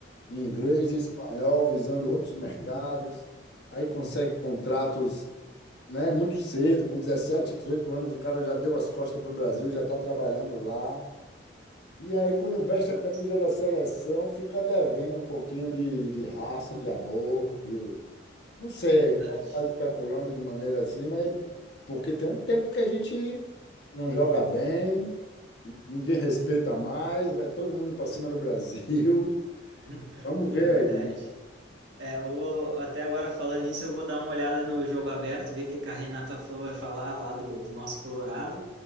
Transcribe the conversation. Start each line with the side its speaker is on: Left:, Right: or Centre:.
Left: inglês e espanhol, visando outros mercados. Aí consegue
Right: Uhum.
Left: contratos, né, muito cedo, com 17, 18 anos, o cara já deu as costas para o Brasil, já está trabalhando lá. E aí, quando veste
Right: Exato.
Left: a camisa da seleção, fica devendo um pouquinho de, de raça, de amor, de... Não sei,
Right: Verdade.
Left: eu posso estar especulando de maneira assim, mas porque tem um tempo que a gente não joga bem, ninguém respeita mais, vai todo mundo para cima do Brasil.
Right: <laughs>
Left: Vamos
Right: É
Left: ver
Right: verdade.
Left: aí,
Right: É, eu vou, até agora falando nisso, eu vou dar uma olhada no jogo aberto, ver o que que a Renata Fã vai falar lá do, do nosso Colorado.